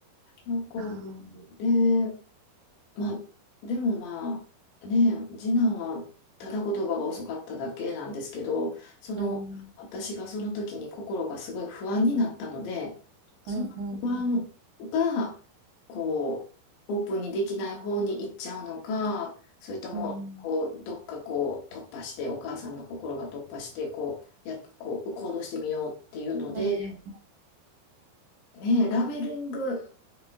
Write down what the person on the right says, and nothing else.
ああー。
うん、
うん、うん、
うん、
うん、うん、うん、